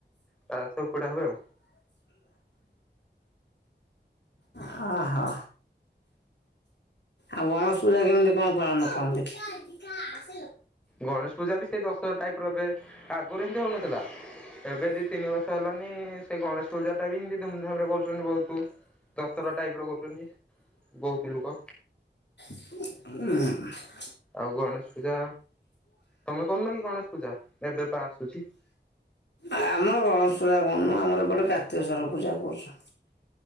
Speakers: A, in the centre; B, on the left.
A: ତା ସବୁ ପୋଡା ହୁଏ ଆଉ।
B: ହଁ, ହୋ ଆଉ ଗଣେଶ ପୂଜା କେମିତି କଣ ପାଳନ କରନ୍ତି?
A: ଗଣେଶ ପୂଜା ବି ସେଇ ଦଶ ଟାଇପର ଏବେ, ଆଗରୁ ଏମତି ହଉନଥିଲା। ଏବେ ଦି ତିନି ବର୍ଷ ହେଲାନି, ସେଇ ଗଣେଶ ପୂଜା ଟା ବି ହିନ୍ ତି ଧୁମଧାମ ରେ କରୁଛନ୍ତି ବହୁତ। ଦଶହରା ଟାଇପର କରୁଛନ୍ତି, ବହୁତ ଲୋକ
B: ଉଁ ହୁଁ
A: ଆଉ ଗଣେଶ ପୂଜା? ତମେ କରୁନ କି ଗଣେଶ ପୂଜା? ଏବେ ପା ଆସୁଛି?
B: ଆମର ଗଣେଶ ପୂଜା କଣନୁଁ, ଆମର ଏପଟେ କାର୍ତ୍ତିକେଶ୍ଵର ପୂଜା କରୁଛୁ।